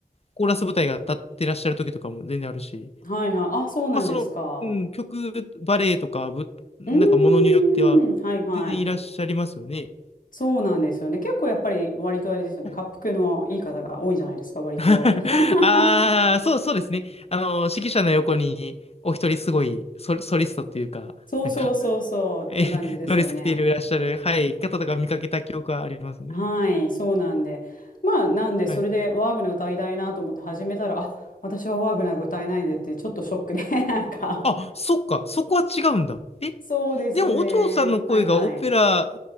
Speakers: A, on the left (about 40°); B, on the left (about 55°).
A: コーラス部隊が立ってらっしゃる時とかも全然あるし、
B: はいはい。あ、そうなんですか。
A: まあ、その、うん、曲、バレエとか、ぶ、なんかものによっては、
B: うーん。はいはい。
A: 全然いらっしゃいますよね。
B: そうなんですよね。結構やっぱり割とあれですよね。
A: はい
B: 恰幅のいい方が多いんじゃないですか、割と。
A: <laughs>
B: <laughs>
A: ああ、そう、そうですね。あの、指揮者の横に、お一人すごいソ、ソリストというか、
B: そうそうそうそうっていう感じですよね。
A: なんか、え、<laughs> ドレス着ていらっしゃる、はい、方とか見かけた記憶はありますね。
B: はい、そうなんで。まあ、なんで、それでワーグナー歌いたいなと思って始めたら、
A: はい。
B: あ、私はワーグナーが歌えないんでって、ちょっとショックで、<laughs> なんか。
A: あ、そっか、そこは違うんだ。え、
B: そうですね。
A: でも、お嬢さんの声がオペラ
B: はいはい。